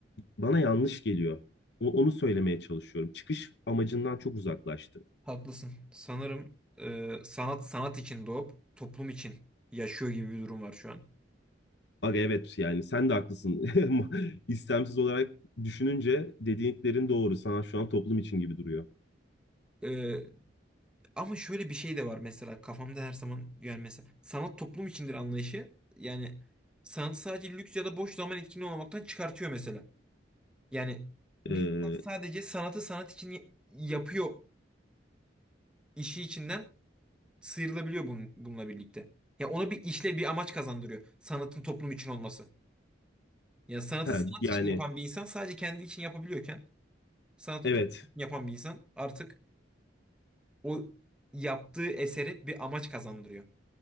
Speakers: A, on the left; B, in the centre.
A: bana yanlış geliyor. O- onu söylemeye çalışıyorum. Çıkış amacından çok uzaklaştı.
B: Haklısın. Sanırım e, sanat sanat için doğup toplum için yaşıyor gibi bir durum var şu an.
A: Aga evet yani sen de haklısın. <laughs> İstemsiz olarak düşününce dediklerin doğru. Sanat şu an toplum için gibi duruyor.
B: E, ama şöyle bir şey de var mesela kafamda her zaman yani mesela sanat toplum içindir anlayışı yani sanatı sadece lüks ya da boş zaman etkinliği olmaktan çıkartıyor mesela. Yani
A: Ee,
B: bir insan sadece sanatı sanat için y- yapıyor işi içinden sıyrılabiliyor bunun, bununla birlikte. Ya ona bir işle bir amaç kazandırıyor sanatın toplum için olması. Yani sanatı
A: he,
B: sanat
A: yani
B: için yapan bir insan sadece kendi için yapabiliyorken sanatın
A: evet.
B: toplum yapan bir insan artık o yaptığı eseri bir amaç kazandırıyor.